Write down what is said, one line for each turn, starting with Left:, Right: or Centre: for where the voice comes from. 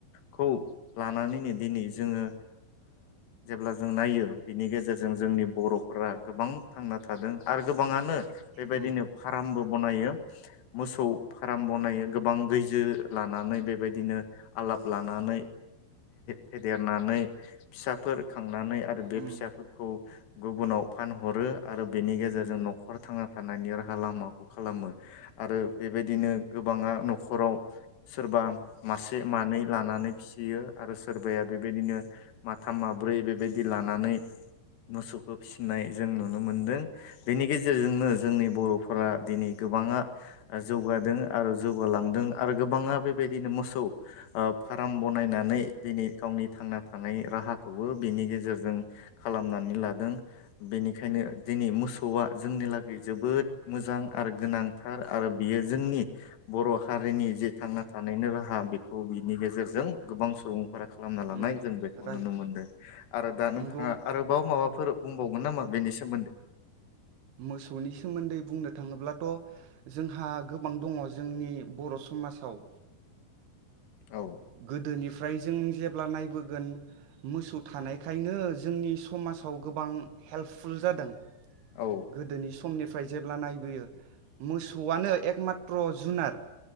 Left: खौ लानानैनो दिनै जोङो जेब्ला जों नायो बिनि गेजेरजों जोंनि बर'फोरा गोबां थांना थादों आरो गोबाङानो बेबायदिनो
Right: उम
Left: फार्मबो बनायो मोसौ फार्म बनायो गोबां गैजो लानानै बेबायदिनो आलाब लानानै फेदेरनानै फिसाफोर खांनानै आरो बे
Right: उम
Left: फिसाफोरखौ गुबुनाव फानहरो आरो बेनि गेजेरजों
Right: ओं
Left: न'खर थांना थानायनि राहा लामाखौ खालामो आरो बेबायदिनो गोबाङा न'खराव सोरबा मासे मानै लानानै फिसियो आरो सोरबाया बेबायदिनो माथाम माब्रै बेबायदि लानानै मोसौखौ फिसिनाय जों नुनो मोनदों बेनि गेजेरजोंनो जोंनि बर'फोरा दिनै गोबाङा जौगादों आरो जौगालांदों आरो गोबाङा बेबायदिनो मोसौ फार्म बनायनानै दिनै गावनि थांना थानाय राहाखौबो बिनि गेजेरजों खालामनानै लादों बेनिखायनो दिनै मोसौआ जोंनि लागै जोबोद मोजां आरो गोनांथार आरो बियो जोंनि बर' हारिनि जे थांना थानायनि राहा बेखौ बिनि गेजेर गेजेरजों गोबां सुबुं खालामना लानाय
Right: उम
Left: जों बेखौ
Right: राइट
Left: नुनो मोनदों आरो दा
Right: नंगौ
Left: नोंथाङा आरोबाव माबाफोर बुंबावो नामा बेनि सोमोन्दै
Right: मोसौनि सोमोन्दै बुंनो थाङोब्लाथ' जोंहा गोबां दङ जोंनि बर' समाजाव
Left: औ
Right: गोदोनिफ्राय जों जे जब्ला नायबोगोन मोसौ थानायखायनो जोंनि समाजाव गोबां हेल्पफुल जादों
Left: औ
Right: गोदोनि समनिफ्राय जेब्ला नायबोयो मोसौआनो एकमात्र' जुनार